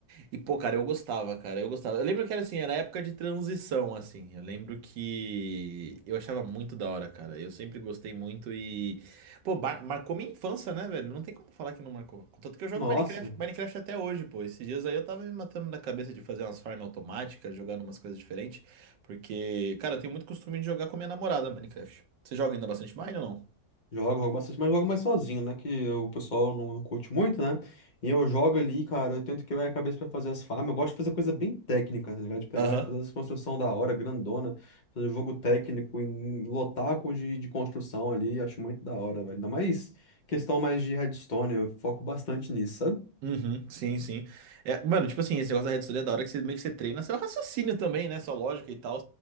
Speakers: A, on the right; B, on the left.
A: E, pô, cara, eu gostava, cara, eu gostava. Eu lembro que era assim, era época de transição, assim. Eu lembro que eu achava muito da hora, cara. Eu sempre gostei muito e. Pô, mar- marcou minha infância, né, velho? Não tem como falar que não marcou. Contanto que eu jogo
B: Nossa,
A: Minecraft, Minecraft até hoje, pô. Esses dias aí eu tava me matando na cabeça de fazer umas farms automáticas, jogando umas coisas diferentes. Porque, cara, eu tenho muito costume de jogar com a minha namorada Minecraft. Você joga ainda bastante Mine ou não?
B: jogo, jogo bastante, mas jogo mais sozinho, né? Que o pessoal não, não curte muito, né? E eu jogo ali, cara, eu tento quebrar a cabeça pra fazer as farms. Eu gosto de fazer coisa bem técnica, tá ligado? De pegar
A: Aham.
B: e fazer as construções da hora, grandona, fazer jogo técnico em lotaco de, de construção ali, acho muito da hora, velho. Ainda mais questão mais de redstone, eu foco bastante nisso, sabe?
A: Uhum, sim, sim. É, mano, tipo assim, esse negócio da rede social é da hora que você meio que você treina seu raciocínio também, né? Sua lógica e tal.